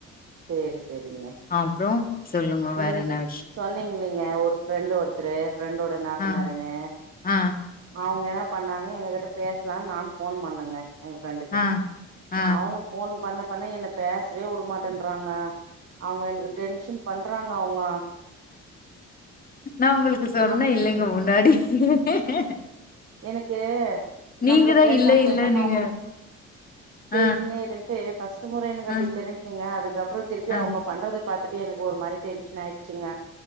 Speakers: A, on the right (about 50°); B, on the left (about 30°).
A: சேரி செரிங்க
B: அப்புறம் சொல்லுங்க
A: நீங்க
B: வேற என்ன விஷயம்?
A: சொன்னீங் இப்டிங்க ஒரு ஃப்ரெண்டு் ஒருத்தரு ஃப்ரெண்டோட நாத்தனாருன்னு
B: அ, அ,
A: அவங்கயென்னா பண்ணாங்க எங்ககிட்ட பேசலானு நானு ஃபோன் பண்ணேங்க எங்க ஃப்ரெண்டுக்கு
B: அ, அ.
A: அவங்க போன் பண்ண பண்ணா என்ன பேசவே உடமாட் டின்றாங்க அவங்க எனக்கு டென்ஷென் பண்றாங்க அவங்க
B: நான் உங்களுக்கு சொன்னேன்
A: அப்
B: இல்லைங்க <unintelligible>
A: எனக்கு
B: நீங்க
A: நம்மள
B: தான்
A: பேசாம
B: இல்ல இல்ல
A: பேசாம
B: நீங்க.
A: அவங்க
B: அ,
A: பேசினே இருன்ட்டு <unintelligible> முறை எனக்கு
B: அ,
A: அப்டி தெரிஞ்ச்சுங்க அதுக்கப்புறம் திருப்பி
B: அ,
A: அவங்க பண்றத பாத்துட்டு எனக்கு ஒரு மாரி டென்ஷன் ஆயிடுச்சுங்க